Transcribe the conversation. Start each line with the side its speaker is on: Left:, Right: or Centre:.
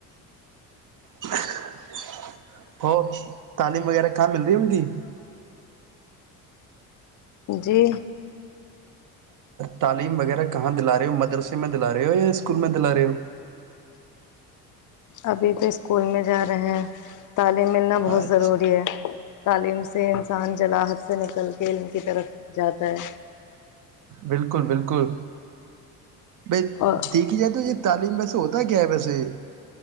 Right: ہ ہو تعلیم وغیرہ کہاں مل رہی ہے ان کی
Left: جی <unintelligible>
Right: تعلیم وغیرہ کہاں دلا رہے ہو مدرسے میں دلا رہے ہو یا اسکول میں دلا رہے ہو
Left: ابھی تو اسکول میں جا رہے ہیں تعلیم ملنا بہت
Right: اچھا
Left: ضروری ہے تعلیم سے انسان جلا ح سے نکل کے ان کی طرف جاتا ہے
Right: بالکل بالکل بائی
Left: اور
Right: دیکھی جائے تو یہ تعلیم بس تو ہوتا ہے کیا ہے ویسے